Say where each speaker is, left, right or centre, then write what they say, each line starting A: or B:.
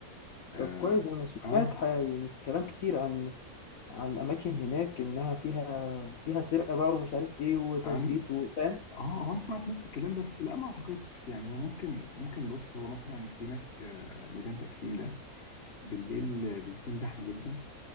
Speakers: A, on the left (about 45°); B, on the left (about 65°).
A: اه
B: طب كويس أنا سمعت
A: اه
B: ح- يعني كلام كتير عن عن أماكن هناك إنها فيها فيها سرقة بقى ومش عارف إيه وتثبيت
A: عن
B: وفاهم
A: اه هو انا سمعت نفس الكلام بس لا ما اعتقدش يعني هو ممكن ممكن بص هو مثلا في هناك آه، ميدان تقسيم ده بالليل بيكون زحمه جدا